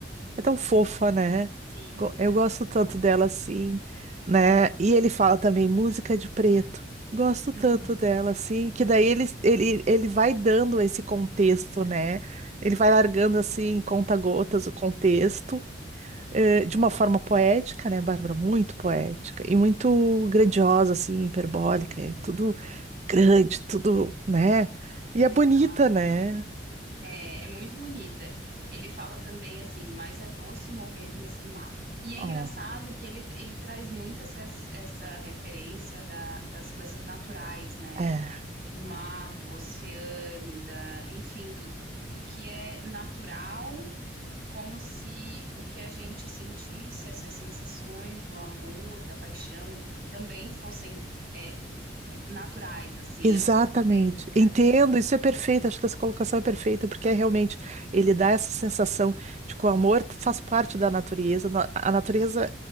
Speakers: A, on the right; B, on the right.
A: é tão fofa, né?
B: sim.
A: Go- Eu
B: aham,
A: gosto tanto dela assim, né? E ele fala também música de preto. Gosto
B: uhum,
A: tanto dela assim, que daí ele, ele, ele vai dando esse contexto, né? Ele vai largando assim, conta-gotas, o contexto eh, de uma forma poética, né, Bárbara? Muito poética e muito grandiosa, assim, hiperbólica, é tudo grande, tudo, né? E
B: exato.
A: é bonita, né?
B: É, é muito bonita. Ele fala também assim, mas é doce morrer nesse mar. E é
A: Ó,
B: engraçado que ele, ele traz muito essa, essa referência da, das coisas naturais, né?
A: é.
B: Do mar, do oceano, da, enfim, do, do que é natural como se o que a gente sentisse, essas sensações do amor, da paixão, e também fossem é, naturais, assim.
A: Exatamente.
B: Eu não sei se tu entende o que eu quero
A: Entendo,
B: dizer.
A: isso é perfeito, acho que essa colocação é perfeita, porque é realmente ele dá essa sensação de que o amor faz parte da natureza, na- a natureza